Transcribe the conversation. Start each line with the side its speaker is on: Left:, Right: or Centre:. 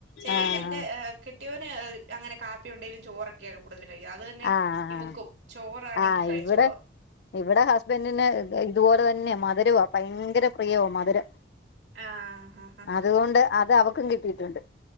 Right: എൻ
Left: ആഹ് ആഹ്
Right: എന്റെ ചേ കെട്ടിയോനണെങ്കില കെട്ടിയോന് അങ്ങനെ കാപ്പിയുണ്ടെങ്കിലും ചോറൊക്കെയാണ് കൂടുതൽ കഴിക് ആത് തന്നെ
Left: ആഹ്
Right: ഇവൾക്കും ചോറാണെങ്കി
Left: ആഹ്
Right: കഴിച്ചോളും
Left: ഇവിടെ ഇവിടെ ഹസ്ബൻഡിന് ഇതുപോലെ തന്നെ മധുരവാ ഭയങ്കര പ്രിയവാ മധുരം.
Right: ആഹ് ഹ ഹ
Left: അതുകൊണ്ട്
Right: ഹ
Left: അത് അവക്കും കിട്ടിയിട്ടുണ്ട്.